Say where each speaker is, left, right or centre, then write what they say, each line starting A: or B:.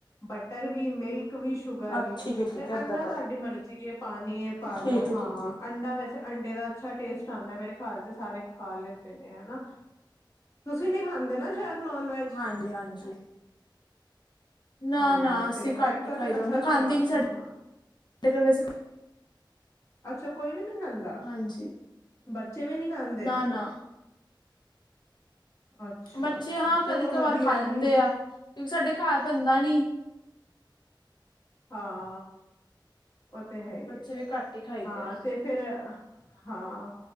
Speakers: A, on the left; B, on the left.
A: ਬਟਰ ਵੀ ਮਿਲ ਕ ਵੀ ਸ਼ੂਗਰ
B: ਅ
A: ਵੀ।
B: ਠੀਕ ਏ ਠੀਕ
A: ਤੇ
B: ਏ ਏਦਾਂ
A: ਅੰਡਾ
B: ਕਰ
A: ਤੁਹਾਡੀ ਮਰਜੀ ਏ ਪਾਣੀ ਏ ਪਾ ਲੋ
B: ਠੀਕ ਏ
A: ਹਾਂ
B: ਠੀਕ ਏ
A: ਅੰਡਾ ਵੈਸੇ ਅੰਡੇ ਦਾ ਅੱਛਾ ਟੇਸਟ ਆਦਾ ਮੇਰੇ ਘਰ ਦੇ ਸਾਰੇ ਖਾ ਲੈ ਨੇ ਹਨਾ, ਤੁਸੀਂ ਨੀ ਖਾਂਦੇ ਨਾ? ਨੋਨ ਵੈਜ
B: ਹਾਂਜੀ-ਹਾਂਜੀ ਨਾ-ਨਾ
A: ਹਾਂ
B: ਅਸੀਂ
A: ਤੇ
B: ਘੱਟ
A: ਐਗ
B: ਹੀ
A: ਤੇ
B: ਖਾਈ ਦਾ
A: ਅੱਛਾ
B: ਉਹ ਨਾ
A: ਸਵਾਦ
B: ਖਾਂਦੀ ਨੀ ਸਾ
A: ਅ
B: ਵੈਸੇ ਕੋਈ
A: ਅੱਛਾ ਕੋਈ ਵੀ ਨੀ ਖਾਂਦਾ
B: ਹਾਂਜੀ
A: ਬੱਚੇ ਵੀ ਨੀ ਖਾਂਦੇ?
B: ਨਾ ਨਾ
A: ਅੱਛਾ-ਅੱਛਾ
B: ਬੱਚੇ ਹਾਂ
A: ਚਲੋ
B: ਕਦੀ ਕਵਾਰ
A: ਵਧੀਆ
B: ਖਾ ਲੈਂਦੇ
A: ਐ ਵੀ।
B: ਆ ਕਿਉਂਕਿ ਸਾਡੇ ਘਰ ਬੰਦਾ ਨੀ।
A: ਹਾਂ ਉਹ ਤੇ ਹੈ ਹੀ
B: ਬੱਚੇ
A: ਆ ਫੇਰ
B: ਵੀ ਘੱਟ ਹੀ ਖਾਈਦੇ
A: ਹਾਂ
B: ਆ
A: ਤੇ ਫੇਰ ਹਾਂ